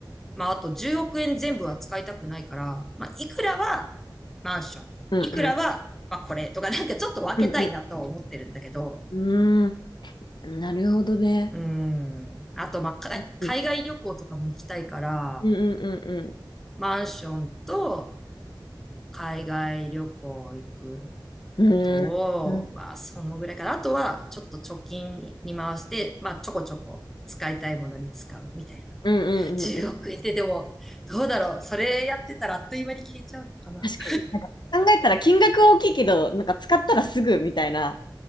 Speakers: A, in the centre; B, on the left (about 70°).
A: まあ、あと10億円全部は使いたくないから、まあ、いくらはマンション、
B: うんうん
A: いくらは、まあ、これとか、なんかちょっと分けたいなとは思ってるんだけど、
B: うんうん。うーん、なるほどね。
A: うん。あと、まあ、か海外旅行とかも行きたいから、
B: うんうんうんうんうん。
A: マンションと海外旅行行くの
B: うーん。
A: と、
B: うん
A: まあ、そのぐらいかな。あとは、ちょっと貯金に回して、まあ、ちょこちょこ使いたいものに使うみたいな。
B: うんうんうん。
A: 10億円ってでも、どうだろう。それやってたらあっという間に消えちゃうのかな。
B: 確かに。なんか考えたら金額は大きいけど、なんか使ったらすぐみたいな、